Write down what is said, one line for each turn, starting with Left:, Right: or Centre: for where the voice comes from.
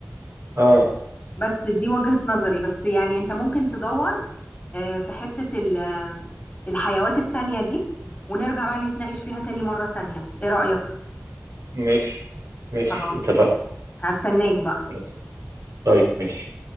Right: اه
Left: بس دي وجهة نظري بس يعني انت ممكن تدور آه، في حتة ال- آه، الحيوات التانية دي ونرجع بقى نتناقش فيها تاني مرة تانية ايه رأيك
Right: ماشي ماشي
Left: خلاص
Right: اتفقنا
Left: هستناك بقى
Right: خلاص طيب ماشي